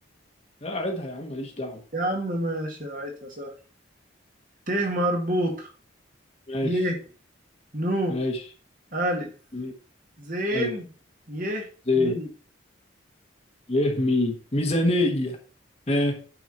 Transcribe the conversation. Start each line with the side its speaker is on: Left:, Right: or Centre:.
Left: لا أعدها يا عم ماليش دعوة
Right: يا عم ماشي عيتها سهل ت مربوطة
Left: ماشي
Right: ي نو
Left: ماشي
Right: ألف
Left: مية
Right: زين
Left: ألف
Right: ي
Left: زين
Right: مي
Left: يه مي ميزانية ها